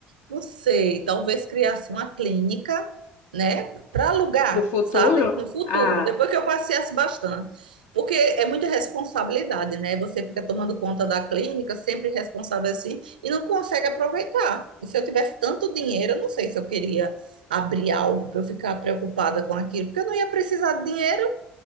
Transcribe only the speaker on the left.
No futuro?
Ah,